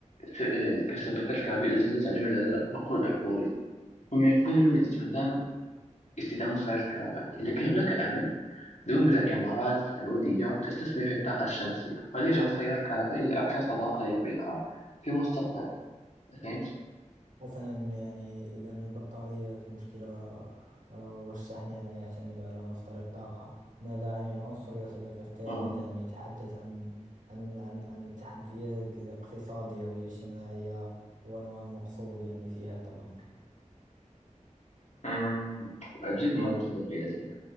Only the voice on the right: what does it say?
حسنا يعني إذا البطاريات مشكلة آه، والشحن يعني يعتمد على مصدر الطاقة ماذا عن العنصر يا صديقي الثالث
يعني تحدث عن عن عن عن التحديات الاقتصادية والاجتماعية والمقصود يعني في هذا الأمر